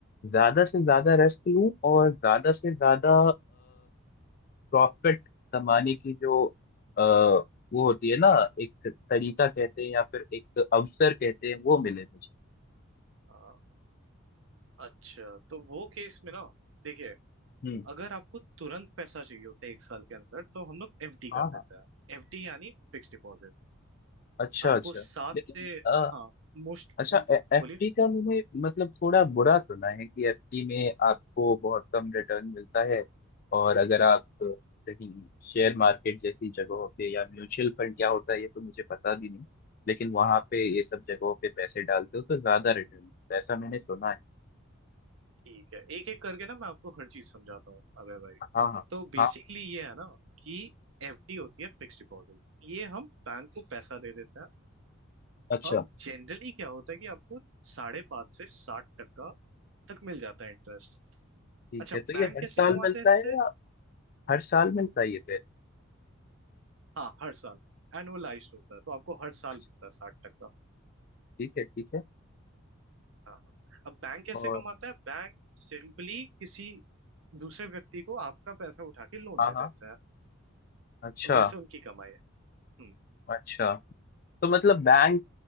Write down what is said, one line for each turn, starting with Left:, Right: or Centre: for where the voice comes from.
Left: ज्यादा से ज्यादा रेस्ट लूं और ज्यादा से ज्यादा प्रॉफिट कमाने की जो अ, वो होती है ना एक तरीका कहते हैं या फिर एक अवसर कहते हैं वो मिले मुझे
Right: है अच्छा तो वो केस में ना देखिए
Left: हम्म
Right: अगर आपको तुरंत पैसा चाहिए होता है एक साल के अंदर तो हम लोग एफडी
Left: हाँ
Right: कर देते
Left: हाँ
Right: हैं एफडी यानी फिक्स डिपॉजिट
Left: अच्छा
Right: आपको
Left: अच्छा
Right: सात
Left: लेकिन
Right: से
Left: अ,
Right: हाँ मोस्ट
Left: अच्छा एफडी
Right: बोलिए
Left: का मैंने मतलब थोड़ा बुरा सुना है कि एफडी में आपको बहुत कम रिटर्न मिलता है और अगर आप कहीं शेयर मार्केट जैसी जगहों पे या म्यूचुअल फंड क्या होता है ये तो मुझे पता भी नहीं लेकिन वहां पे ये सब जगहों पे पैसे डालते हो तो ज्यादा रिटर्न मिलता है ऐसा मैंने सुना है
Right: ठीक है एक एक करके ना मैं आपको हर चीज समझाता हूँ अबे भाई
Left: हाँ हाँ
Right: तो बेसिकली
Left: हाँ
Right: ये है ना कि एफडी होती है फिक्स डिपॉजिट ये हम बैंक को पैसा दे देते हैं
Left: अच्छा
Right: अब जनरली क्या होता है कि आपको साढ़े पाँच से साठ टका तक मिल जाता है इंटरेस्ट
Left: ठीक
Right: अच्छा
Left: है
Right: बैंक
Left: तो ये हर
Right: कैसे
Left: साल
Right: कमाते
Left: मिलता
Right: हैं इससे
Left: है या हर साल मिलता है ये पेड़
Right: हाँ हर साल एनुअलाइज्ड होता है तो आपको हर साल
Left: अच्छा
Right: मिलता है साठ टका
Left: ठीक है ठीक है
Right: हाँ अब बैंक कैसे
Left: और
Right: कमाता है बैंक सिंपली किसी दूसरे व्यक्ति को आपका पैसा उठा के लोन
Left: हाँ
Right: दे
Left: हाँ
Right: देता है
Left: अच्छा
Right: तो वैसे उनकी कमाई है हम्म
Left: अच्छा तो मतलब बैंक